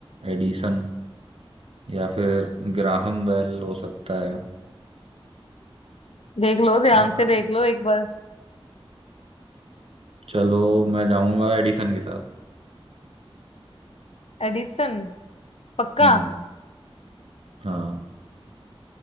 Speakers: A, on the right (about 75°); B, on the left (about 85°).
A: एडिसन या फिर ग्राहम बेल हो सकता है
B: देख लो ध्यान
A: हाँ,
B: से देख लो एक बार
A: चलो मैं जाऊंगा एडिसन के साथ
B: एडिसन पक्का
A: हम्म हाँ